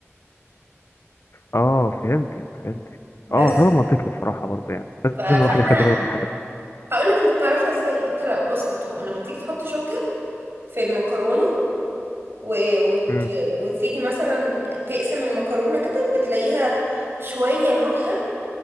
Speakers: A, on the left (about 60°); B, on the right (about 50°).
A: اه فهمتك فهمتك اه
B: بس
A: طبعا منطقي بصراحة برضه يعني لازم
B: ف... فاحنا
A: الواحد يخلي باله من الحاجات دي
B: هقول لك انت بتعرفها ازاي انت لا بص بتهم لما بتيجي تحط شوكة في المكرونة و... وت...
A: امم
B: وتيجي مثلا تقسم المكرونة كده بتلاقيها شوية لونها